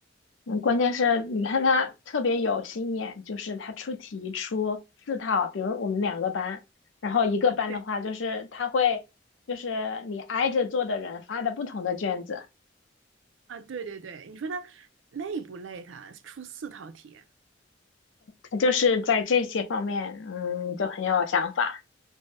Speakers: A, on the left; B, on the right.
A: 嗯，关键是你看他特别有心眼，就是他出题出四套，比如我们两个班，然后一个班的话，
B: 啊，对，
A: 就是他会就是你挨着坐的人发的不同的卷子，
B: 啊，对对对，你说他累不累他？出四套题，
A: 他就是在这些方面，嗯，就很有想法。